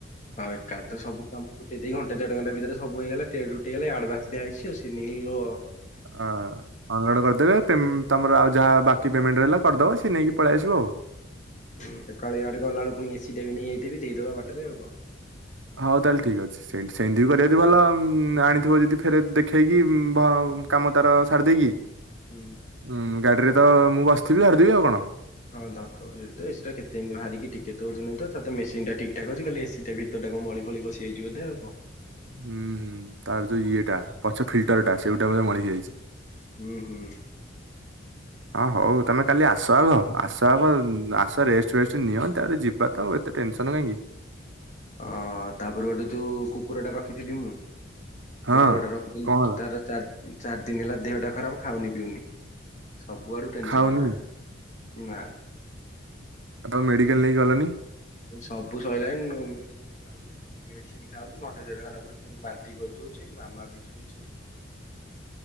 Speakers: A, on the left; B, on the right.
A: ହଁ ଏକା ତ ସବୁ କାମ ତୁଟି ଦେଇ ଘଣ୍ଟେ ଦେଢ ଘଣ୍ଟା ଭିତରେ ସବୁ ହେଇଗଲା। ଟେ ରୁଟିେ ଗଲେ ଆଡଭାସ ଦିଆଯଇଛିଉ ସେ ନେଇୁ
B: ଅ ଅନଲୋଡ କରିଦେବେ ପେମ ତମର ଆଉ ଯାହା ବାକି ପେମେଣ୍ଟ ରହିଲା କରିଦବା ସେ ନେଇକି ପଳେଇ ଆସିବ ଆଉ
A: ହଁ ଏକ କାଳିଆଡେ ଗଲା ବଳୁ ପୁଣି ଏସି ଟେ ବି ନେଇଯାଇଥିବି ଦେଇଦବା ବାଟରେ ଆଉ କଣ
B: ହଉ ତାହେଲେ ଠିକ ଅଛି ସେ ସେମତି ବି କରିବା ଭଲ ଆଣିଥିବ ଯଦି ଫେରେ ଦେଖେଇକି କାମ ତାର ସାରି ଦେଇକି
A: ହୁଁ।
B: ହୁଁ ଗାଡିରେ ତ ମୁଁ ବାସିଥିବି ଝାଡିଦେବି ଆଉ କଣ
A: ହଁ ଧରଦଉ ସେଠି ଏସିଟା କେତେମିତି ବାହାରିକି ଟିକେ ତ ଓଜନ ହେଇଥିବ ତାର ତ ମେସିନ ଟା ଠିକ ଠାକ ଅଛି ଖାଲି ଏସି ଟା ଭିତର ଟା କଣ ମଳି ଫଳି ପସି ଯାଇଛି ବୋଧେ କଣ
B: ହୁଁ ହୁଁ ତାର ଯୋଉ ଇଏଟା ପଛ ଫିଲ୍ଟର ଟା ସେଇଗୁଟା ବି ମଳି ହେଇଯାଇଛି
A: ହୁଁ ହୁଁ
B: ହଁ ହଉ ତମେ କାଲି ଆସ ଆଗ ଆସ ଆସ ରେଷ୍ଟ ଫେଷ୍ଟ ନିଅ ତାପରେ ଯିବା ତ ଆଉ ଏତେ ଟେନସନ କାହିଁକି
A: ଅ ତାପରେ ଗୋଟେ ଯୋଉ କୁକୁର ଟା ରଖିଥିଲଥିଲି ମୁଁ
B: ହଁ
A: କୁକୁର ଟା ରଖିଥିଲି
B: କଣ ହେଲା
A: ତାର ଚାର ଚାରି ଦିନ ହେଲା ଦେହଟା ଖରାପ ଖାଉନି ପିଉନି ସବୁଆଡୁ ଟେନସନ
B: ଖାଉନି
A: ପରା ନା।
B: ଆଉ ତାକୁ ମେଡିକାଲ ନେଇକି ଗଲନି।
A: ସବୁ ସଇଲାଣି ମୁଁ ମେଡିସିନ ଖାଉଚି ମେଡିସିନି ଖାଉଚି ଘଣ୍ଟେ ଦେଢ ଘଣ୍ଟା ପରେ ପୁଣି ବାନ୍ତି କରିଦୋଉଚି ମାମା ବି ଚିଡୁଚି।